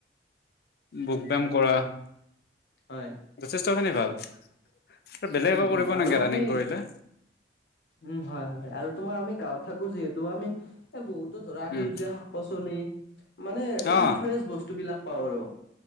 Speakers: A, on the left; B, on the left.
A: বুক ব্যায়াম কৰা,
B: উম হয়
A: যথেষ্টখিনি ভাল। এ বেলেগকো
B: উম উম
A: কৰিবা
B: আৰু
A: নেকি
B: আমি
A: ৰানিং কৰিলে।
B: উম হয় হয় আৰু তোমাৰ আমি গাঁৱত থাকো যিহেতু আমি এ বহুতো ধৰা সেউজীয়া
A: উম
B: শাক পাচলি মানে একদম
A: অ
B: ফ্ৰেচ বস্তুবিলাক পাওঁ আৰু।